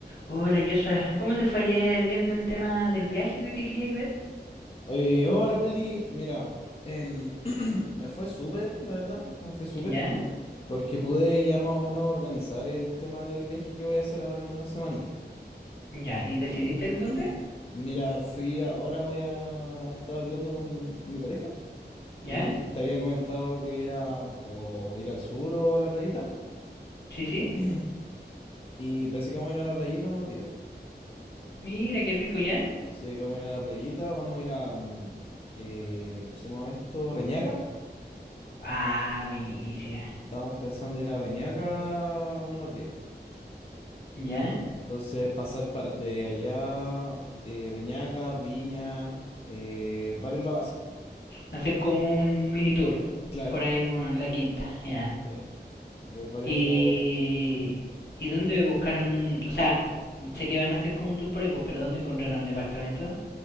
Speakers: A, on the left; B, on the left.
A: Hola Joshua, ¿cómo te fue ayer viendo el tema del viaje ese que queríais ver?
B: Eh, hola Pili, mira, em, <clears throat> me fue súper, la verdad, me fue súper,
A: ¿Ya?
B: porque pude ya más o menos organizar el tema del viaje que voy a hacer ahora en una semanita.
A: ¿Ya? ¿Y decidiste
B: Pero,
A: el dónde?
B: mira, fui, ahora voy a estar hablando con, con mi pareja, que
A: ¿Ya?
B: te había comentado que era o ir al sur o a la playita,
A: ¿Sí, sí?
B: <clears throat> y parece que vamos a ir a la playita unos días.
A: Mira, qué rico, ¿ya?
B: Sí, vamos a ir a la playita, vamos a ir a, mm, eh, ¿cómo se llama esto? Reñaca.
A: Ah, buenísima.
B: Estábamos pensando ir a Reñaca unos días.
A: ¿Ya?
B: Entonces, pasar para, de allá, eh, Reñaca, Viña, eh, varios lados así.
A: Hacer como un mini tour
B: Claro.
A: por ahí por la quinta, ¿ya?
B: Sí, ver varios
A: ¿Y,
B: lados si es posible.
A: ¿y dónde buscaron? O sea, sé que van a hacer como un tour por ahí, pues, pero ¿dónde encontraron departamento?